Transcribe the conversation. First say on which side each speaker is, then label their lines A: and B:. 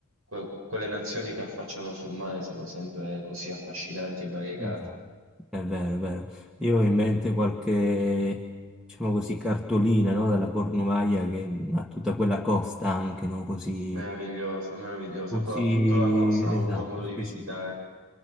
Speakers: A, on the right; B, in the centre.
A: que- quelle nazioni che affacciano sul mare sono sempre così affascinanti e variegate.
B: Esatto. È vero, è vero. Io ho in mente qualche, diciamo così, cartolina, no? Dalla Cornovaglia che ha tutta quella costa anche, no? Così,
A: Meravigliosa, meravigliosa.
B: così,
A: Però appunto la costa ho
B: esatto,
A: avuto modo di
B: specifica.
A: visitare.